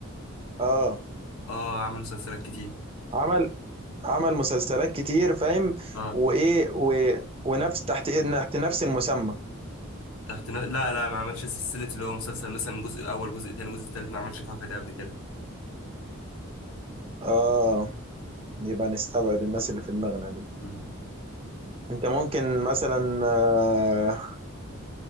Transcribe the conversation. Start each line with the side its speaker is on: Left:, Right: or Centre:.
Right: اه
Left: اه عمل مسلسلات كتير
Right: عمل عمل مسلسلات كتير فاهم
Left: آه.
Right: وايه و... ونفس تحت تحت نفس المسمى
Left: تحت ن... لا لا ما عملش سلسلة اللي هو مسلسل مثلا جزء أول جزء تاني جزء تالت ما عملش الحركة دي قبل كده
Right: اه يبقى نستبعد الناس اللي في دماغنا دي
Left: مم.
Right: انت ممكن مثلا آه،